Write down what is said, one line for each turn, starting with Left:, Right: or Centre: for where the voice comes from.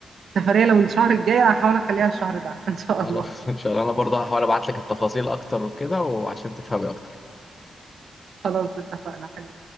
Right: سفرية لو الشهر الجاي أنا هحاول أخليها الشهر ده <laughs> إن شاء
Left: خلاص
Right: الله
Left: <laughs> ان شاء الله انا برضه هحاول ابعت لك التفاصيل اكتر وكده وعشان تفهمي اكتر
Right: خلاص اتفقنا حلو